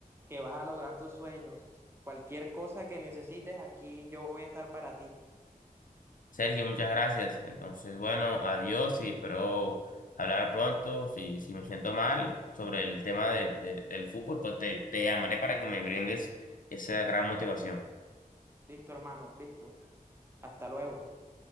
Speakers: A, on the right; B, on the left.
A: que vas a lograr tus sueños. Cualquier cosa que necesites, aquí yo voy a estar para ti.
B: Sergio, muchas gracias. Entonces, bueno, adiós y espero hablar pronto. Si, si me siento mal sobre el tema de- de- del fútbol, pues te, te llamaré para que me brindes esa gran motivación.
A: Listo, hermano, listo. Hasta luego.